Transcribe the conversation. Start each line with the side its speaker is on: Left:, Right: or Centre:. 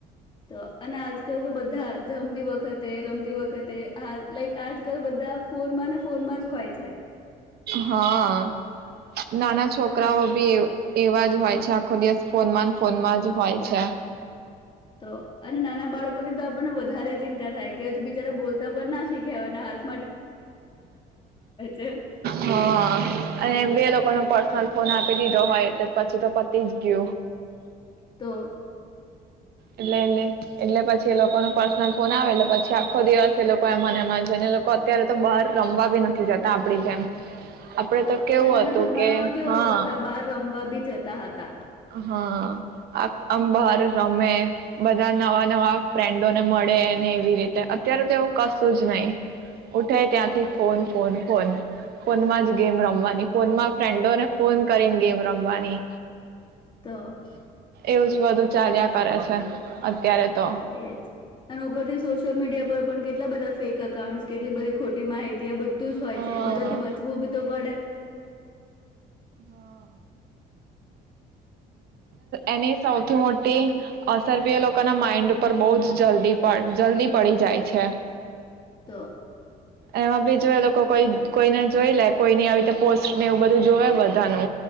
Left: તો અને આજકાલ તો બધા જમતી વખત વખતે રમતી વખતે હા લાઈક આજકાલ બધા ફોરમાં ને ફોર માં જ હોય છે.
Right: હા નાના છોકરાઓ બી એ એવા જ હોય છે આખો દિવસ ફોનમાં ફોનમાં જ હોય છે.
Left: તો. અને નાના બાળકોની તો આપણને વધારે ચિંતા થાય કે હજુ બિચારા બોલતા પણ ના શીખે હવે એન હાથ છે
Right: હા અને બે લોકો ન પર્સ ફોન આપી દીધો હોય એટલે પછી તો પતી જ ગયું.
Left: તો.
Right: એટલે, એટલે, એટલે પછી એ લોકોને પર્સનલ ફોન આવે એટલે પછી, આખો દિવસ તે લોકો એ મને એમાં છેને લોકો અત્યારે તો બહાર રમવા બી નથી જતા આપડી જેમ આપડે
Left: તો
Right: કેવું
Left: પહેલાના
Right: હતું
Left: જમાનામાં
Right: કે
Left: કેવું
Right: હા
Left: કે બધા બાર રમવા બી જતા હતા.
Right: હા આમ બાર રમે બધા નવા નવા ફ્રેન્ડો ને મળે ને એવી અત્યારે તોવું કશું જ નહીિ ઉઠે ત્યાંથી
Left: તો
Right: ફોન ફોન ફોન ફોનમાં જ ગેમ રમવાની ફોનમાં ફ્રેન્ડોને ફોન કરીને ગેમ રમવાની
Left: તો
Right: એવું બધું ચાલ્યા કરે છે અત્યારે, તો
Left: એજ અન ઉપરથી સોશિયલ મીડિયા પર પણ કેટલા બધા ફેક અકાઉન્ટસ કેટલી બધી ખોટી માહિતી ત્યા બધું જ હોય
Right: હા,
Left: છે એ બધા થી બચવું બી તો પડે
Right: હા એની સૌથી મોટી અસર બી એ લોકોના માઇન્ડ ઉપર બહ જ જલ્દી જલ્દી પડી જાય છે
Left: તો.
Right: એમાં બી જો એ લોકો કોઈને જોઈ લે કોઈની આવી રીતના પોસ્ટ ને એવું બધું જોવે બધાનુ